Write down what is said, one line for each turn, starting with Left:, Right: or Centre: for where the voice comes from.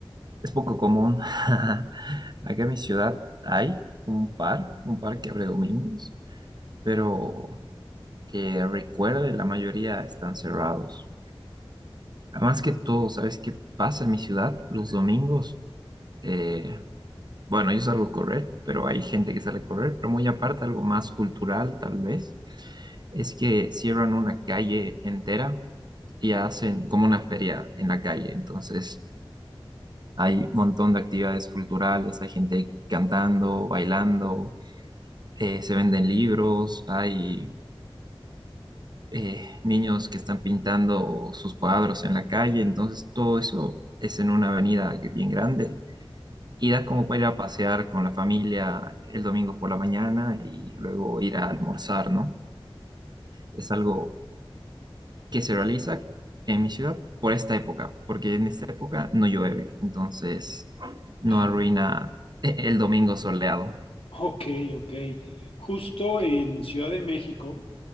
Right: es poco común. <laughs> Acá en mi ciudad hay un par, un par que abre domingos, pero que recuerde la mayoría están cerrados. Además que todo, ¿sabes qué pasa en mi ciudad? Los domingos, eh, bueno, yo salgo a correr, pero hay gente que sale a correr, pero muy aparte, algo más cultural tal vez es que cierran una calle entera y hacen como una feria en la calle. Entonces hay un montón de actividades culturales, hay gente cantando, bailando, eh, se venden libros, hay eh, niños que están pintando sus cuadros en la calle. Entonces todo eso es en una avenida que- bien grande. Y da como para ir a pasear con la familia el domingo por la mañana y luego ir a almorzar, ¿no? Es algo que se realiza en mi ciudad por esta época, porque en esta época no llueve, entonces no
Left: Ah,
Right: arruina e- el domingo soleado.
Left: ok, ok. Justo en Ciudad de México,